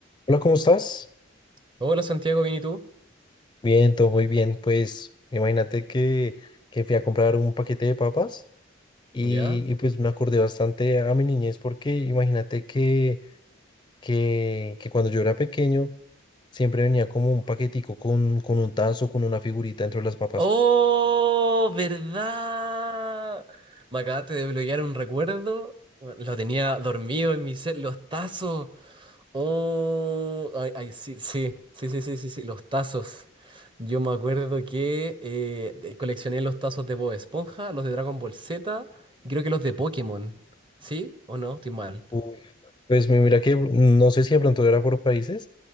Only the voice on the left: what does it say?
Hola, ¿cómo estás?
Bien, todo muy bien. Pues imagínate que, que fui a comprar un paquete de papas y,
y, pues me acordé bastante a mi niñez porque imagínate que, que, que cuando yo era pequeño siempre venía como un paquetico con, con un tazo, con una figurita dentro de las papas.
Uf, Pues mi- mira que no sé si de pronto era por países,